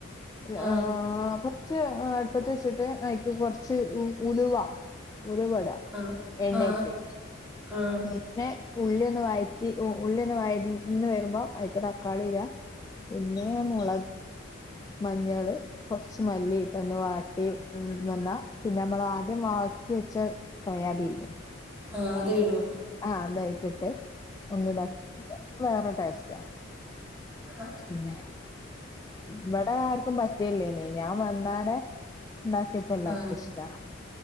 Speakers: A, on the left (about 15°); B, in the centre.
A: രാഹ്
B: ആ ആ
A: ഫസ് റ്റ്‌ കുറച്ച് അടുപ്പത്തി വെച്ചിട്ട് ഐക്ക് കുറച്ച് ഉലവാ ഉലുവിട
B: ആ
A: എണ്ണയ്ക്ക്
B: ആ ആ ആ
A: ന്നിറ്റെ ഉള്ള്യൊന്നു വഴറ്റി ഉ ഉള്ള്യൊന്നു വയ ന്ന് വരുമ്പോ അതിക്ക് തക്കാളി ഇട്അ പിന്നെ മൊളക് മഞ്ഞള് കൊറച്ച് മല്ലിയിട്ടൊന്ന് വാട്ടി മ് വന്നാ പിന്നെ നമ്മൾ ആദ്യം വാട്ടി വെച്ച സോയാബീൻല്ലേ
B: ആ അത് ഇടണാ
A: ആ ഒന്നയിക്കിട്ട് ഒന്ന്‌താക്കി വേറെ ടേസ്റ്റ
B: ആ
A: പിന്നെ ഇവടെ ആർക്കും പറ്റയില്ലേനി ഇനി ഞാൻ വന്നാടെ ന്നാക്കിയപ്പെല്ലാർക്കും
B: ആ,
A: ഇഷ്ട